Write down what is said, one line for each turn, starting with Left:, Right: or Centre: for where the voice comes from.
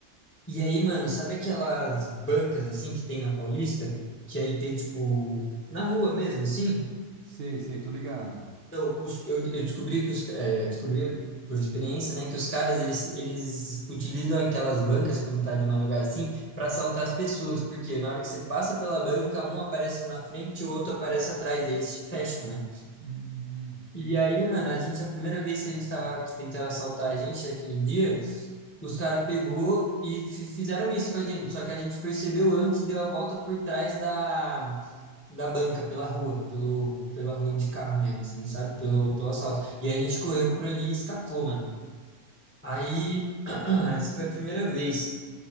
Left: e aí, mano, sabe aquelas bancas assim que tem na Paulista? Que aí tem tipo, na rua mesmo, assim?
Right: Sei, sei, tô ligado.
Left: Então, os, eu, eu descobri que os, é, descobri por experiência, né, que os caras eles, eles utilizam aquelas bancas quando tá de madrugada assim pra assaltar as pessoas, porque na hora que você passa pela banca, um aparece na frente e o outro aparece atrás, e eles se fecham, né?
Right: Hum, hum. hum.
Left: E aí, mano, a gente, a primeira vez que a gente tava, que tentaram assaltar a gente aquele dia, os caras pegou e fi- fizeram isso com a gente. Só que a gente percebeu antes e deu a volta por trás da, da banca, pela rua, pelo, pela rua de carro mesmo, assim, sabe?
Right: Ah,
Left: Pelo,
Right: legal.
Left: pelo assalto. E a gente correu por ali e escapou, mano. Aí, <clears throat> essa foi a primeira vez.